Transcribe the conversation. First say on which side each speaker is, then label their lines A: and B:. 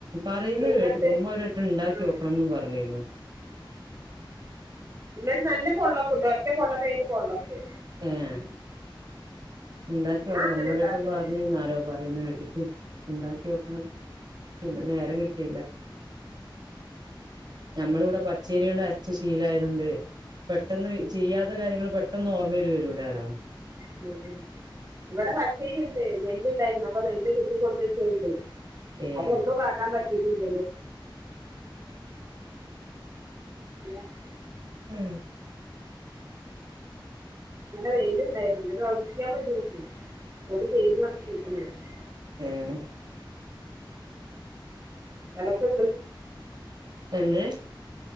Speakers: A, on the right; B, on the right.
A: പറയുന്നത്
B: എന്നിട്ട്
A: കേട്ടിക്ക്ണ് ഉമ്മ ഒരു വട്ടം ഉണ്ടാക്കി
B: ആ
A: നോക്കണന്ന് പറഞ്ഞിരുന്നു.
B: എന്നിട്ട് നല്ല പൊള്ളക്കുട്ടോ ഒറ്റ <unintelligible>
A: ഏഹ് ഇണ്ടാക്കി
B: ഞാൻ
A: നോക്കണം
B: അങ്ങനെ
A: ഉമ്മ ഒരു
B: ഉണ്ടാക്കല്
A: വട്ടം പറഞ്ഞന്നു ആരോ പറയുന്ന കേട്ടിട്ട് ഇണ്ടാക്കി നോക്കണം. പിന്നെ നേരം കിട്ടിയില്ല. ഞമ്മളിവിടെ പച്ചേരി കൊണ്ട് അരച് ശീലാആയതോണ്ട്. പെട്ടെന്ന് ചെയ്യാത്ത കാര്യങ്ങൾ പെട്ടെന്ന് ഓർമ്മയിൽ വരൂല്ലാലോ.
B: ഉം ഉം ഇവിടെ പച്ചേരി ഉണ്ട് നെല്ല്ണ്ടായിരുന്നു അപ്പൊ നെല്ല് കുത്തിക്കൊടുന്നെച്ചതുണ്ട്.
A: ഏഹ്
B: അതൊന്നും കാട്ടാൻ പറ്റില്ല. <unintelligible>
A: ഉം
B: ഇന്നലെ വെയിലുണ്ടായിരുന്നു ഇന്നലെ ഉണക്കിയാ മതിയായിരുന്നു <unintelligible>
A: ഏഹ്
B: <unintelligible> അടക്കാ
A: എന്ത്